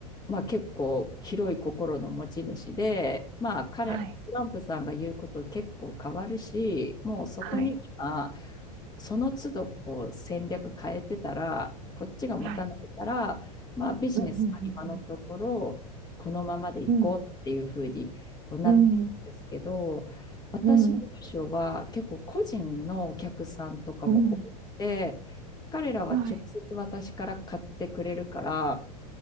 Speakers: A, on the left; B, on the right.
A: まあ、結構広い心の持ち主で、まあ、彼、
B: はい。
A: トランプさんが言うこと結構変わるし、もうそこに今、
B: はい。
A: その都度こう戦略変えてたら、こっちが持たないから、
B: はい。はい。
A: まあ、ビジネスは今のところ、
B: うん、うん、うん、
A: このままでいこうっていうふうにこうなっているんですけど、
B: うん。うんうん、
A: 私の部署は結構個人のお客さんとかも多くて、
B: うん、うん。
A: 彼らは直接私から買ってくれるから、
B: はい、